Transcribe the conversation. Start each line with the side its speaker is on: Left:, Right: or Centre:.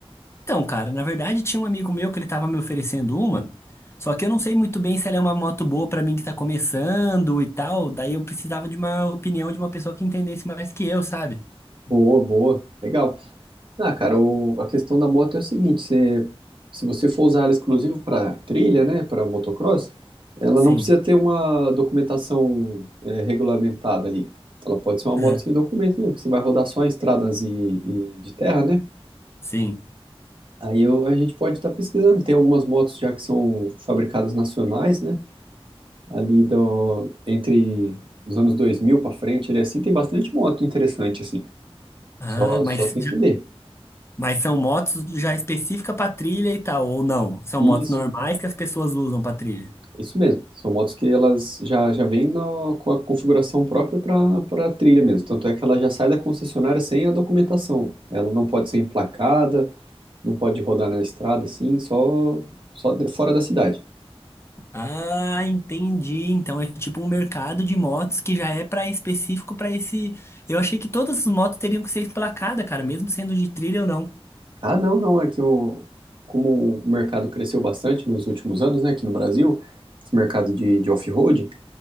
Left: Então, cara, na verdade tinha um amigo meu que ele tava me oferecendo uma, só que eu não sei muito bem se ela é uma moto boa pra mim que tá começando e tal, daí eu precisava de uma opinião de uma pessoa que entendesse mais que eu, sabe?
Right: Boa, boa, legal. Ah, cara, o- a questão da moto é o seguinte, você- se você for usar ela exclusivo para trilha, né, para motocross, ela
Left: Sim,
Right: não precisa ter uma documentação eh, regulamentada ali. Ela pode ser uma moto
Left: né?
Right: sem documento nenhum, que você vai rodar só em estradas e, e de terra, né?
Left: Sim.
Right: Aí eu- a gente pode estar pesquisando. Tem algumas motos já que são fabricadas nacionais, né? Ali do, entre os anos 2000 para frente, ele assim tem bastante moto interessante assim.
Left: Ah,
Right: Só,
Left: mas,
Right: só tem
Left: já-
Right: que ver.
Left: mas são motos já específica pra trilha e tal, ou não? São
Right: Isso.
Left: motos normais que as pessoas usam pra trilha?
Right: Isso mesmo, são motos que elas já, já vêm na- com a configuração própria para a trilha mesmo. Tanto é que ela já sai da concessionária sem a documentação. Ela não pode ser emplacada, não pode rodar na estrada assim, só, só de- fora da cidade.
Left: Ah, entendi. Então é tipo um mercado de motos que já é para específico para esse. Eu achei que todas as motos teriam que ser emplacadas, cara, mesmo sendo de trilha ou não.
Right: Ah, não, não, é que o, como o mercado cresceu bastante nos últimos anos, né, aqui no Brasil, esse mercado de, de off-road,